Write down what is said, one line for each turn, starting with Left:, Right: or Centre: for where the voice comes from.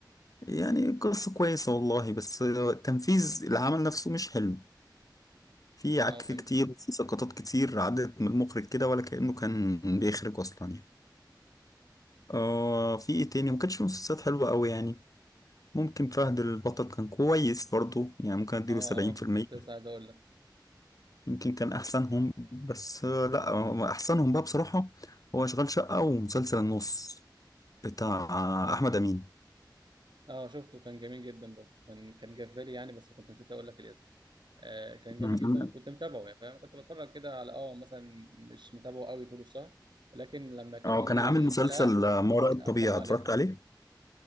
Left: يعني قصة كويسة والله بس تنفيذ العمل نفسه مش حلو في عك
Right: اه فهمت
Left: كتير في سقطات كتير عدت من المخرج كده ولا كأنه كان بيخرج أصلا يعني آه في إيه تاني ما كانش في مسلسلات حلوة أوي يعني ممكن فهد البطل كان كويس برضو يعني ممكن أديله
Right: اه
Left: سبعين
Right: اه
Left: في المية
Right: كنت لسه عايز اقول لك
Left: يمكن كان أحسنهم بس آه لأ آه، أحسنهم بقى بصراحة هو أشغال شقة ومسلسل النص بتاع آه، أحمد أمين
Right: اه شفته كان جميل جدا برضه كان كان جاب بالي يعني بس كنت نسيت اقول لك الاسم آه كان
Left: مم.
Right: جميل جدا وكنت متابعه يعني فاهم كنت بتفرج كده على اه مثلا مش متابعه قوي طول الشهر ولكن لما كان
Left: اه
Right: يجي
Left: كان عامل
Right: الحلقه
Left: مسلسل آه، ما وراء الطبيعة
Right: اتفرج عليها
Left: اتفرجت عليه